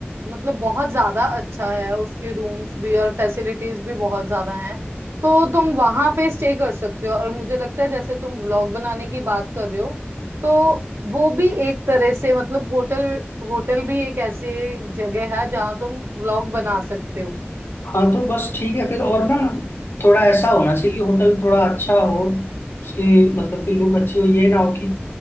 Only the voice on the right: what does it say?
मतलब बहुत ज्यादा अच्छा है उसके रूम्स भी और फैसिलिटीज भी बहुत ज्यादा हैं तो तुम वहां पे स्टे कर सकते हो और मुझे लगता है जैसे तुम व्लॉग बनाने की बात कर रहे हो तो वो भी एक तरह से मतलब होटल होटल भी एक ऐसी जगह है जहाँ तुम व्लॉग बना सकते हो